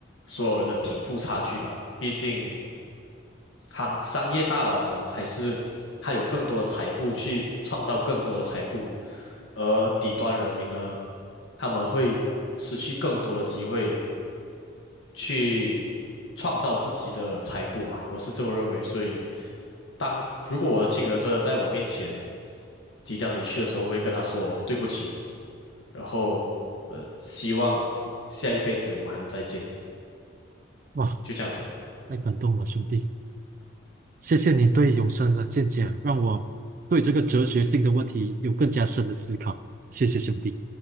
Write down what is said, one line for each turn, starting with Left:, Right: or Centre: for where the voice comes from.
Left: 所有人的贫富差距吧，毕竟。行商业大佬们，还是他有更多的财富去创造更多的财富，而底端人民呢，他们会失去更多的机会去创造自己的财富吧，我是这么认为。所以，当如果我的亲人真的在我面前即将离去的时候，我会跟他说对不起，然后呃，希望下一辈子我们还能再见，
Right: 哇，
Left: 就这样子。
Right: 太感动了，兄弟，谢谢你对永生的见解，让我对这个哲学性的问题有更加深的思考，谢谢兄弟。